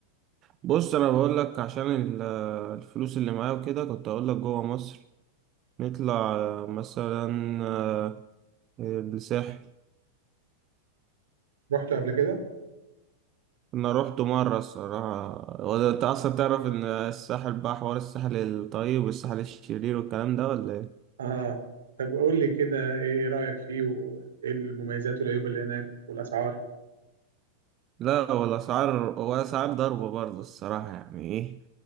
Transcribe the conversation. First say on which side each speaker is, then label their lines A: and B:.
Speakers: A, on the right; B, on the right.
A: بص انا بقول لك عشان ال- الفلوس اللي معايا وكده كنت اقول لك جوه مصر نطلع مثلا آه، الساحل
B: رحته قبل كده؟
A: انا رحت مره الصراحه هو ده- انت اصلا تعرف ان الساحل بقى حوار الساحل الطيب والساحل الشرير والكلام ده ولا ايه
B: اه طب قول لي كده ايه رأيك فيه وايه المميزات والعيوب اللي هناك والأسعار
A: لا ولا اسعار ولا اسعار ضربه برضه الصراحه يعني ايه